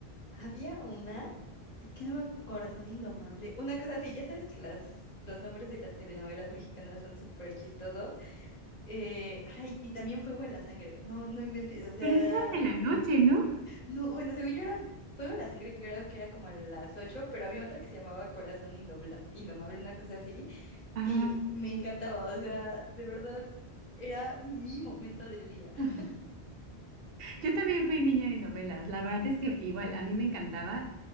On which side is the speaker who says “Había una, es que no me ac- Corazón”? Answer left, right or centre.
Left